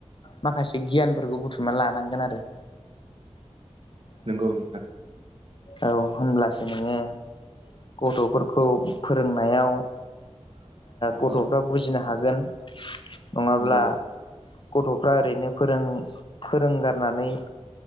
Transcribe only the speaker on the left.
माखासे गियानफोरखौ बुथुम ना लानांगोन आरो
औ होनब्लासो नोङो गथ'फोरखौ फोरोंनायाव गथ'फ्रा
बुजिनो हागोन नङाब्ला
गथ'फ्रा ओरैनो फोरों फोरोंगारनानै